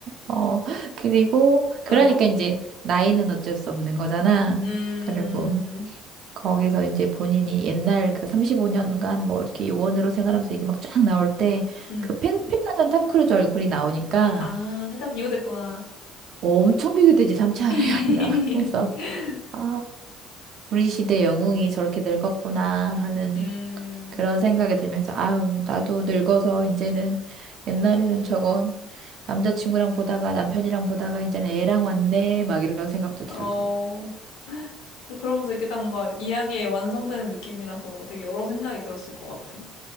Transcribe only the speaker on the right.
어, 그리고, 그러니까
이제 나이는 어쩔 수 없는 거잖아.
그리고, 거기서 이제 본인이 옛날 그 35년간 뭐 이렇게 요원으로 생활하면서 이게 막 쫙 나올 때
그 팽팽하던 탐 크루즈 얼굴이 나오니까
뭐 엄청 비교되지 삼차원이
아니라 <laughs> 그래서 아 우리 시대 영웅이 저렇게 늙었구나 하는
그런 생각이 들면서 아우 나도 늙어서 이제는 옛날에는 저건 남자친구랑 보다가 남편이랑 보다가 이제는 애랑 왔네 막 이런 생각도 들고